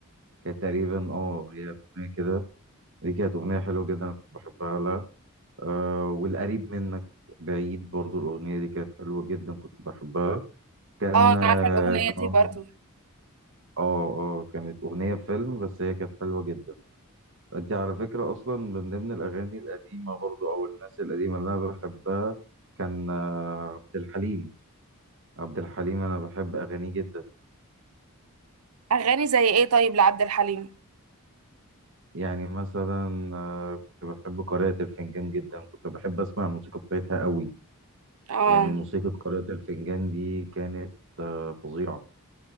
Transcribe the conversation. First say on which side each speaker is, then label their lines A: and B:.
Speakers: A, on the right; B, on the right.
A: كانت تقريبا اه هي الاغنيه كده دي كانت اغنيه حلوه جدا انا كنت بحبها لها آه والقريب منك بعيد برضو الاغنيه دي كانت حلوه جدا كنت بحبها كان
B: اه
A: آه،
B: انا عارفة الاغنية
A: كان
B: دي
A: عامل-
B: برضو
A: اه اه كانت اغنيه فيلم بس هي كانت حلوه جدا انت على فكرة اصلا من ضمن الاغاني القديمة برضو او الناس القديمة اللي انا بحبها كان آه، عبد الحليم عبد الحليم انا بحب اغانيه جدا
B: اغاني زي ايه طيب لعبد الحليم
A: يعني مثلا آه، كنت بحب قارئة الفنجان جدا كنت بحب اسمع الموسيقى بتاعتها قوي
B: اه
A: يعني موسيقى قارئة الفنجان دي كانت آه، فظيعة